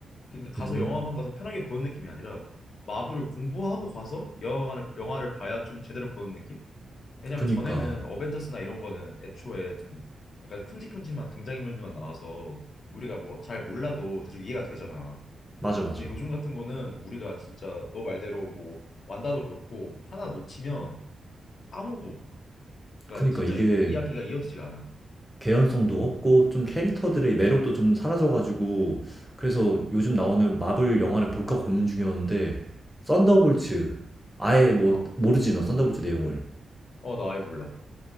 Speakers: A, on the left; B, in the centre.
A: 그러니까 가서
B: 음.
A: 영화관 가서 편하게 보는 느낌이 아니라 마블을 공부하고 가서 영화관을 영화를 봐야 좀 제대로 보는 느낌? 왜냐면
B: 그니까
A: 전에는 어벤져스나 이런 거는 애초에 좀 약간 큼직큼직한 등장인물들만 나와서 우리가 뭐 잘 몰라도 대충 이해가 되잖아.
B: 맞아 맞아.
A: 근데 요즘 같은 거는 우리가 진짜 너 말대로 뭐 완다도 그렇고 하나 놓치면 아무도 못 봐. 그러니까
B: 그니까
A: 진짜
B: 이게
A: 이, 이야기가 이어지지가 않아.
B: 개연성도 없고 좀 캐릭터들의 매력도 좀 사라져가지고 그래서 요즘 나오는 마블 영화를 볼까 고민 중이었는데 썬더볼츠 아예 뭐
A: 어.
B: 모르지 너 썬더볼츠 내용을
A: 어, 나 아예 몰라.